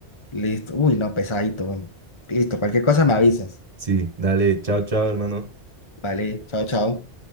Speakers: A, on the left (about 25°); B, on the right (about 30°).
A: listo. Uy, no, pesadito. bueno. Listo, cualquier cosa me avisas.
B: Sí, dale, chao, chao, hermano.
A: Vale, chao, chao.